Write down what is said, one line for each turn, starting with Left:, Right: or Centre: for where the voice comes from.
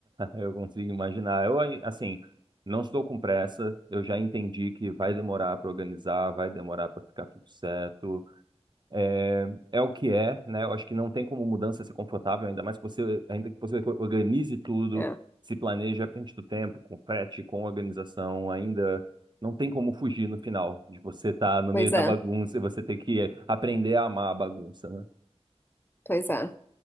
Right: Eu consigo imaginar. Eu, assim, não estou com pressa. Eu já entendi que vai demorar para organizar, vai demorar para ficar tudo certo. É, é o que é, né? Eu acho que não tem como mudança ser confortável, ainda mais que você, ainda que você organize tudo,
Left: É,
Right: se planeje à frente do tempo, com frete, com organização, ainda não tem como fugir no final de você estar no
Left: Pois
Right: meio da
Left: é,
Right: bagunça e você ter que aprender a amar a bagunça, né?
Left: pois é.